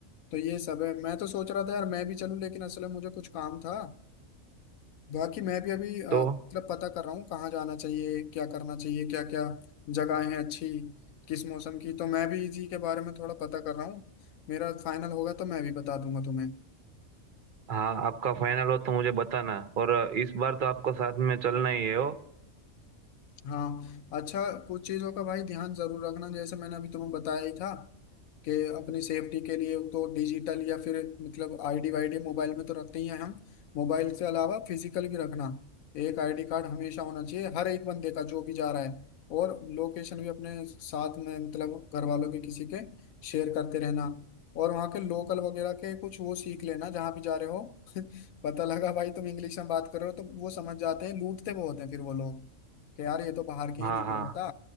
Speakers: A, on the left; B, on the right.
A: तो ये सब है मैं तो सोच रहा था यार मैं भी चलूँ लेकिन असल में मुझे कुछ काम था बाकी मैं भी अभी अ, मतलब
B: तो
A: पता कर रहा हूँ कहाँ जाना चाहिए क्या करना चाहिए क्या क्या जगहें हैं अच्छी किस मौसम की तो मैं भी इसी के बारे में थोड़ा पता कर रहा हूँ मेरा फाइनल होगा तो मैं भी बता दूंगा तुम्हें
B: हाँ आपका फाइनल हो तो मुझे बताना और इस बार तो आपको साथ में चलना ही है हो
A: हाँ अच्छा कुछ चीज़ों का भाई ध्यान जरूर रखना जैसे मैंने अभी तुम्हें बताया ही था कि अपनी सेफ्टी के लिए तो डिजिटल या फिर मतलब आईडी वाईडी मोबाइल में तो रखते ही हैं हम मोबाइल से अलावा फिजिकल भी रखना एक आईडी कार्ड हमेशा होना चाहिए हर एक बंदे का जो भी जा रहा है और लोकेशन भी अपने साथ में मतलब घर वालों के किसी के शेयर करते रहना और वहाँ के लोकल वगैरह के कुछ वो सीख लेना जहाँ भी जा रहे हो <laughs> पता लगा भाई तुम इंग्लिश में बात कर रहे हो तो वो समझ जाते हैं लूटते बहुत हैं फिर वो लोग कि यार ये तो बाहर के
B: हाँ
A: हैं नहीं
B: हाँ
A: क्या पता